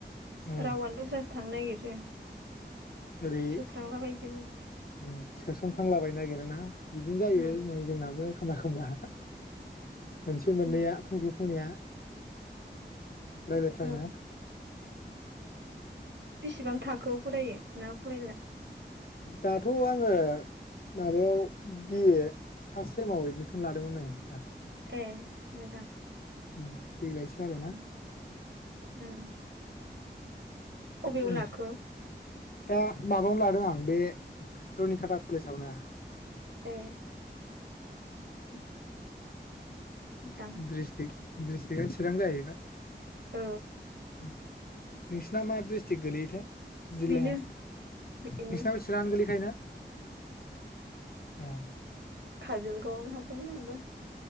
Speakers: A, on the left; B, on the right.
A: औ
B: रावानो दस्रासो थांनो नागिरो
A: ओरै
B: सोफ्रांलाबायजोबो।
A: उम सोसन फ्रांलाबायनो नागिरो ना? बिदिनो जायो
B: उम
A: नै जोंनाबो एखमबा खमबा मोनसे मोननैया
B: उम
A: फंसे फंनैया रायलायफ्लांङो।
B: औ बेसिबां थाखोआव फरायो ना फरायला?
A: दाथ आङो माबायाव बि ए फार्स्ट सेमाव एदमिसन लादोंमोननाय आं।
B: ए मोजां।
A: उम। देग्लायसो आरोना।
B: उम उम अबेयाव
A: उम
B: लाखो?
A: दा माबायावनो लादों आं बे रुनिकाटा कलेजावनो
B: ए <inaudible> मोजां
A: द्रिस्ट्रिक दिस्ट्रिका चिरां जाहैबाय
B: औ
A: <inaudible> नोंसिना मा द्रिस टिक गोलैयोथाय जिल्लाया
B: बेनो बेनो
A: नोंसिना चिरां गोलैखायो ना? ओ
B: काजलगावावनो हाबदोंमोन आंबो